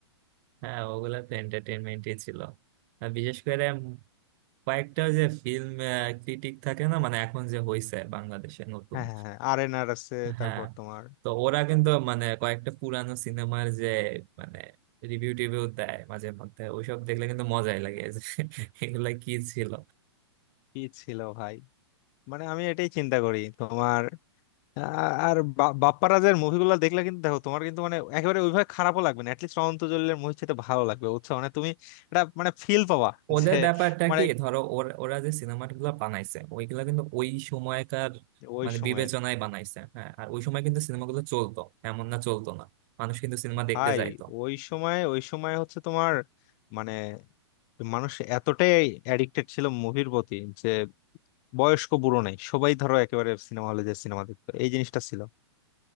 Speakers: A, on the right (about 45°); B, on the left (about 45°).
A: হ্যাঁ ওগুলা তো এন্টারটেনমেন্টই ছিল আর বিশেষ করে কয়েকটা যে ফিল্ম ক্রিটিক থাকে না মানে এখন যে হইছে বাংলাদেশে নতুন
B: হ্যাঁ হ্যাঁ হ্যাঁ, আর এন আর আছে তারপর
A: হ্যাঁ
B: তোমার
A: তো ওরা কিন্তু মানে কয়েকটা পুরানো সিনেমার যে মানে রিভিউ টিভিউ দেয় মাঝে মধ্যে ওইসব দেখলে কিন্তু মজাই লাগে যে <laughs> এগুলা কি ছিল
B: কি ছিল ভাই মানে আমি এটাই চিন্তা করি তোমার আ- আর বা- বাপ্পারাজের মুভিগুলো দেখলে কিন্তু দেখো তোমার কিন্তু মানে একেবারে ওইভাবে খারাপও লাগবে না অ্যাটলিস্ট অনন্ত জলিলের মুভি চেয়ে ভালো লাগবে বুঝছো মানে তুমি এটা মানে ফিল পাবা
A: ওদের
B: যে
A: ব্যাপারটা
B: মানে
A: কি ধরো ওর- ওরা যে সিনেমাগুলো বানাইছে ওইগুলা কিন্তু ওই সময়কার
B: ওই
A: মানে
B: সময়ের
A: বিবেচনায় বানাইছে হ্যাঁ আর ওই সময় কিন্তু সিনেমাগুলো চলতো এমন না চলতো না মানুষ কিন্তু সিনেমা
B: ভাই
A: দেখতে যাইতো
B: ওই সময় ওই সময় হচ্ছে তোমার মানে মানুষ এতটাই অ্যাডিক্টেড ছিল মুভির প্রতি যে বয়স্ক বুড়ো নাই সবাই ধরো একেবারে সিনেমা হলে যে সিনেমা দেখতো এই জিনিসটা ছিল